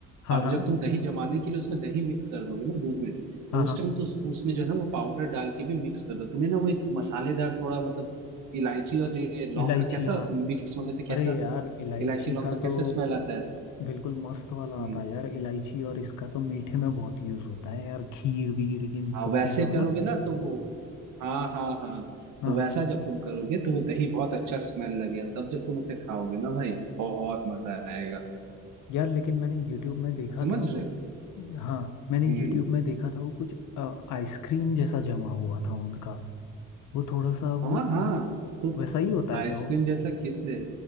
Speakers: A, on the left (about 80°); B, on the right (about 75°).
A: हाँ
B: और
A: हाँ
B: जब तुम दही जमाने के लिए उसमें दही मिक्स कर दोगे ना दूध में
A: हाँ
B: तो उस
A: हाँ
B: टाइम तो उस- उसमें जो है ना वो पाउडर डाल के भी मिक्स कर दो तुम्हें ना वो एक मसालेदार थोड़ा मतलब इलायची और ये लौंग
A: इलायची
B: का कैसा
A: हाँ
B: मिक्स होने से
A: अरे
B: कैसा
A: यार इलायची
B: इलायची लौंग
A: का
B: का कैसा
A: तो
B: स्मेल आता है
A: बिल्कुल मस्त वाला
B: हम्म
A: आता है यार इलायची और इसका तो मीठे में बहुत यूज होता है यार खीर वीर इन
B: हाँ
A: सब
B: वैसे
A: चीजों में
B: करोगे
A: ना
B: ना तो वो हाँ हाँ हाँ
A: हाँ
B: तो
A: हाँ
B: वैसा जब तुम करोगे तो वो दही बहुत अच्छा स्मेल लगेगा तब जब तुम उसे खाओगे ना भाई बहुत मजा आएगा
A: यार लेकिन मैंने YouTube में देखा
B: समझ
A: था वो
B: रहे हो?
A: हाँ मैंने
B: हम्म
A: YouTube में देखा था वो कुछ आइसक्रीम जैसा जमा हुआ था उनका वो थोड़ा सा वो,
B: हाँ हाँ
A: वो
B: तो
A: वैसा ही होता है
B: आइसक्रीम
A: क्या वो
B: जैसा किसले